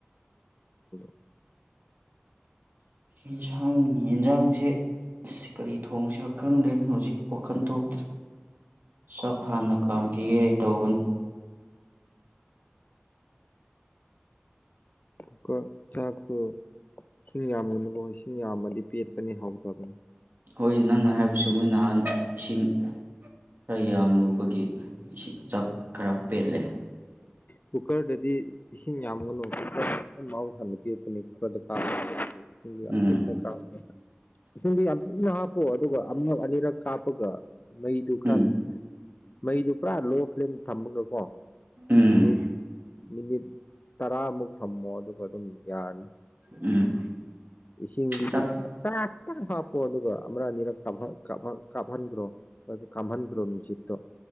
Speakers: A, on the left (about 45°); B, on the right (about 55°).
A: <unintelligible>
B: ꯏꯟꯁꯥꯡ ꯌꯦꯟꯖꯥꯡꯁꯦ ꯏꯁ ꯀꯔꯤ ꯊꯣꯡꯁꯤꯔ ꯈꯪꯗꯦ ꯍꯧꯖꯤꯛ ꯋꯥꯈꯜ ꯊꯣꯛꯇ꯭ꯔꯦ ꯆꯥꯛ ꯍꯥꯟꯅ ꯀꯥꯝꯈꯤꯒꯦ ꯇꯧꯕꯅꯤ
A: ꯀꯨꯀꯔ ꯆꯥꯛꯇꯣ ꯏꯁꯤꯡ ꯌꯥꯝꯒꯅꯨꯀꯣ ꯏꯁꯤꯡ ꯌꯥꯝꯃꯗꯤ ꯄꯦꯠꯄꯅꯦ ꯍꯥꯎꯇꯕꯅꯦ
B: ꯍꯣꯏ ꯅꯪꯅ ꯍꯥꯏꯕ ꯆꯨꯝꯃꯤ ꯅꯍꯥꯟ ꯏꯁꯤꯡ ꯈꯔ ꯌꯥꯝꯔꯨꯕꯒꯤ ꯏꯁꯤꯡ ꯆꯥꯛ ꯈꯔ ꯄꯦꯠꯂꯦ
A: ꯀꯨꯀꯔꯗꯗꯤ ꯏꯁꯤꯡ ꯌꯥꯝꯒꯅꯨ ꯃꯥꯎ ꯊꯟꯅ ꯄꯦꯠꯄꯅꯤ ꯀꯨꯀꯔꯗꯣ ꯀꯥꯝ ꯏꯁꯤꯡꯗꯣ ꯌꯥꯝ
B: ꯎꯝ
A: ꯄꯤꯛꯅ ꯀꯥꯝ <unintelligible> ꯏꯁꯤꯡꯗꯨ ꯌꯥꯝ ꯄꯤꯛꯅ ꯍꯥꯞꯄꯣ ꯑꯗꯨꯒ ꯑꯃꯨꯛ ꯑꯅꯤꯔꯛ ꯀꯥꯞꯄꯒ ꯃꯩꯗꯨ ꯈꯔ
B: ꯎꯝ
A: ꯃꯩꯗꯨ ꯄꯨꯔꯥ ꯂꯣ ꯐ꯭ꯂꯦꯝ ꯊꯝꯃꯒꯀꯣ
B: ꯎꯝ
A: ꯃꯤꯅꯤꯠ ꯃꯤꯅꯤꯠ ꯇꯔꯥꯃꯨꯛ ꯊꯝꯃꯣ ꯑꯗꯨꯒ ꯑꯗꯨꯝ ꯌꯥꯔꯅꯤ
B: ꯎꯝ
A: ꯏꯁꯤꯡꯒꯤꯗꯤ
B: ꯆꯥꯛ
A: ꯈꯔ ꯈꯤꯇꯪ ꯍꯥꯞꯄꯣ ꯑꯗꯨꯒ ꯑꯃꯥ ꯑꯅꯤꯔꯛ ꯀꯥꯞꯍꯟ ꯀꯥꯞꯍꯟ ꯀꯥꯞꯍꯟꯒ꯭ꯔꯣ ꯑꯗꯨꯒ ꯈꯥꯝꯍꯟꯒ꯭ꯔꯣ ꯅꯨꯡꯁꯤꯠꯇꯣ